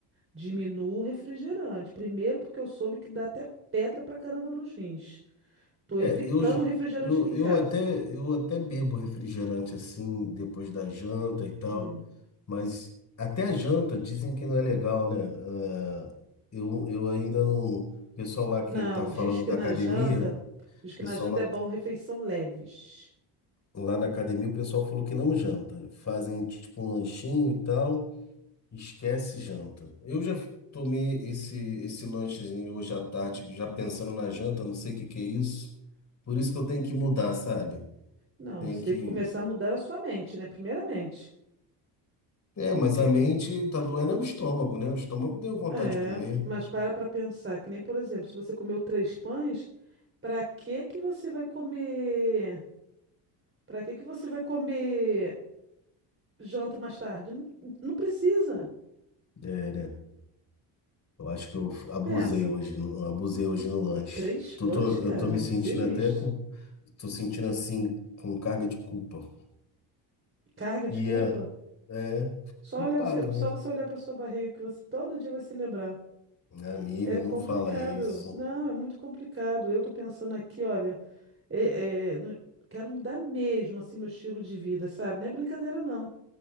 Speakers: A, on the right (about 25°); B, on the left (about 35°).
A: diminua o refrigerante. Primeiro porque eu soube que dá até pedra pra caramba nos rins. Tô
B: É,
A: evitando
B: eu, j-
A: refrigerante
B: eu,
A: aqui em
B: eu
A: casa.
B: até, eu até bebo refrigerante assim, depois da janta e tal,
A: Hum.
B: mas até a janta dizem que não é legal, né? Ah, eu, eu ainda não. O pessoal lá que
A: Não,
B: tá falando
A: diz que
B: da
A: na
B: academia.
A: janta,
B: O
A: diz que
B: pessoal
A: na janta
B: lá
A: é bom refeição leves.
B: Lá na academia o pessoal falou que não janta. Fazem tipo um lanchinho e tal, esquece janta. Eu já tomei esse esse lanchezinho hoje à tarde, já pensando na janta, não sei o que que é isso. Por isso que eu tenho que mudar, sabe?
A: Não,
B: Tem
A: você
B: que.
A: tem que começar a mudar a sua mente, né? Primeiramente.
B: É,
A: Porque,
B: mas a mente tá doendo é o estômago, né? O estômago deu vontade
A: é,
B: de comer.
A: mas para para pensar, que nem, por exemplo, se você comeu três pães, para que que você vai comer? Para que que você vai comer janta mais tarde? Não, não precisa.
B: É, né? Eu acho que eu abusei
A: Pensa.
B: hoje, no- abusei hoje no lanche.
A: Pô, três pães,
B: Tô, tô-
A: cara,
B: eu tô me sentindo
A: sinistro.
B: até com, tô sentindo assim com carga de culpa.
A: Carga de
B: E
A: culpa.
B: É,
A: Só
B: culpado,
A: olhar você, só
B: né?
A: você olhar para sua barriga que você todo dia vai se lembrar.
B: Minha Amiga,
A: É complicado.
B: não fala isso.
A: Não, é muito complicado. Eu tô pensando aqui, olha, é- é, no- quero mudar mesmo assim meu estilo de vida, sabe? Não é brincadeira, não.